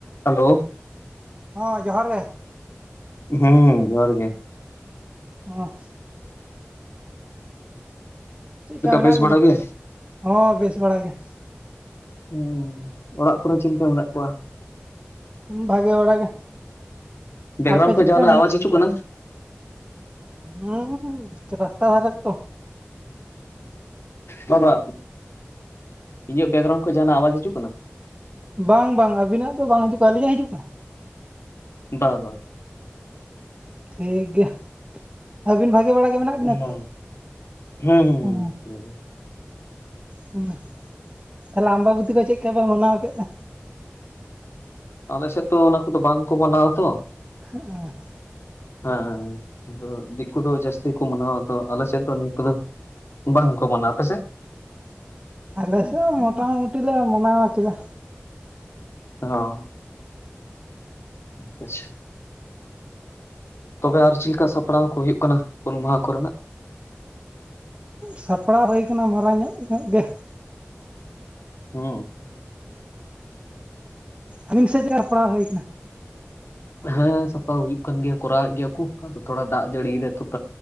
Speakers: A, on the left; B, on the right.
A: ᱦᱮᱞᱳ
B: ᱦᱮᱸ ᱡᱚᱦᱟᱨ ᱜᱮ
A: ᱦᱩᱸ ᱡᱚᱦᱟᱨ ᱜᱮ᱾
B: ᱚ ᱪᱮᱫ ᱞᱮᱠᱟ ᱢᱮᱱᱟᱜ
A: ᱵᱮᱥ
B: ᱵᱤᱱᱟ?
A: ᱵᱟᱲᱟ ᱜᱮ?
B: ᱦᱚᱸ ᱵᱮᱥ ᱵᱟᱲᱟ ᱜᱮ᱾
A: ᱦᱩᱸ ᱚᱲᱟᱜ ᱠᱚᱨᱮ ᱪᱮᱫ ᱞᱮᱠᱟ ᱢᱮᱱᱟᱜ ᱠᱚᱣᱟ?
B: ᱵᱷᱟᱜᱮ ᱵᱟᱲᱟ ᱜᱮ
A: ᱵᱮᱜᱽᱨᱟᱢ
B: ᱟᱯᱮ
A: ᱠᱷᱚᱱ
B: ᱪᱮᱫᱠᱟ
A: ᱡᱟᱦᱱᱟᱜ ᱟᱣᱟᱡ ᱦᱤᱡᱩᱜ ᱠᱟᱱᱟ?
B: ᱦᱩᱸᱻᱨᱟᱥᱛᱟ ᱫᱷᱟᱨᱟᱮ ᱛᱚ᱾
A: ᱵᱟᱵᱟ ᱤᱧᱟᱹᱜ ᱵᱮᱠᱜᱨᱟᱣᱩᱱᱰ ᱠᱷᱚᱱ ᱡᱟᱦᱟᱱᱟᱜ ᱟᱣᱟᱡ ᱦᱤᱡᱩᱜ ᱠᱟᱱᱟ?
B: ᱵᱟᱝ ᱵᱟᱝ ᱟᱹᱵᱤᱱᱟᱜ ᱫᱚ ᱵᱟᱝ ᱦᱤᱡᱩᱜ ᱠᱟᱱᱟ ᱟᱹᱞᱤᱧᱟᱜ ᱦᱤᱡᱩᱜ ᱠᱟᱱᱟ?
A: ᱵᱟ ᱵᱟ
B: ᱴᱷᱤᱠ ᱜᱮᱭᱟ ᱟᱹᱵᱤᱱ ᱵᱷᱟᱜᱮ ᱵᱟᱲᱟ ᱜᱮ ᱢᱮᱱᱟᱜ ᱵᱤᱱᱟ
A: ᱦᱮᱸ
B: ᱛᱚ?
A: ᱦᱮᱸ ᱦᱮᱸ
B: ᱦᱩᱸ
A: ᱯᱩᱨᱟᱹ
B: ᱦᱩᱸ ᱛᱟᱦᱚᱞᱮ ᱟᱢᱵᱟᱵᱚᱛᱤ ᱠᱚ ᱪᱮᱫ ᱞᱮᱠᱟ ᱯᱮ ᱢᱟᱱᱟᱣ ᱠᱮᱫᱼᱟ?
A: ᱟᱞᱮ ᱥᱮᱫ ᱛᱚ ᱚᱱᱟ ᱠᱚᱫᱚ ᱵᱟᱝᱠᱚ ᱢᱟᱱᱟᱣᱟ ᱛᱚ᱾
B: ᱦᱮᱸ
A: ᱦᱮᱸ ᱦᱮᱸ ᱟᱫᱚ ᱫᱤᱠᱩ ᱫᱚ ᱡᱟᱹᱥᱛᱤ ᱠᱩ ᱢᱟᱱᱟᱣᱟ ᱟᱫᱚ ᱟᱞᱮ ᱥᱮᱛ ᱫᱟᱜ ᱱᱤᱝᱠᱟᱹ ᱫᱚ, ᱵᱟᱝ ᱠᱚ ᱢᱟᱱᱟᱣᱟ, ᱟᱯᱮ ᱥᱮ?
B: ᱟᱞᱮ ᱥᱮᱫ ᱢᱚᱴᱟᱢᱩᱴᱤ ᱞᱮ ᱢᱟᱱᱟᱣ ᱠᱮᱫᱟ᱾
A: ᱚ ᱟᱪᱪᱷᱟ ᱛᱚᱵᱮ ᱟᱨ ᱪᱮᱫ ᱞᱮᱠᱟ ᱥᱟᱯᱲᱟᱣ ᱠᱚ ᱦᱩᱭᱩᱜ ᱠᱟᱱᱟ ᱦᱩᱞ ᱢᱟᱦᱟ ᱠᱚ ᱨᱮᱱᱟᱜ
B: ᱥᱟᱯᱲᱟᱣ ᱦᱳᱭ ᱠᱟᱱᱟ ᱢᱟᱨᱟᱝ ᱧᱚᱜ ᱧᱚᱜ ᱜᱮ
A: ᱦᱩᱸ
B: ᱟᱹᱵᱤᱱ ᱥᱮᱫ ᱪᱮᱫ ᱞᱮᱠᱟ ᱯᱟᱲᱟᱣ ᱦᱩᱭ ᱟᱠᱟᱱᱟ <unintelligible>
A: ᱦᱮᱸ ᱥᱟᱯᱨᱟᱣ ᱦᱩᱭᱩᱜ ᱠᱟᱱ ᱜᱮᱭᱟ ᱠᱚᱨᱟᱣᱮᱫ ᱜᱮᱭᱟ ᱠᱚ ᱟᱫᱚ ᱛᱷᱚᱲᱟ ᱫᱟᱜ ᱡᱟᱹᱲᱤᱭᱟ ᱛᱟᱜ